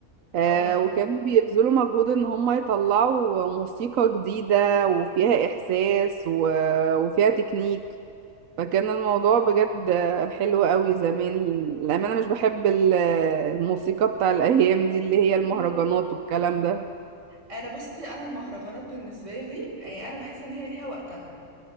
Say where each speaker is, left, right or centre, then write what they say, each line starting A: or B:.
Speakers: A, on the right; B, on the right.
A: آه
B: اه
A: وكانوا بيبذلوا مجهود ان هم يطلعوا موسيقى جديدة وفيها احساس و... وفيها تكنيك فكان الموضوع بجد حلو قوي زمان للأمانة مش بحب ال- الموسيقى بتاع الايام دي اللي هي المهرجانات
B: <laughs>
A: والكلام ده
B: انا بصي انا المهرجانات بالنسبه لي يعني انا بحس ان هي ليها وقتها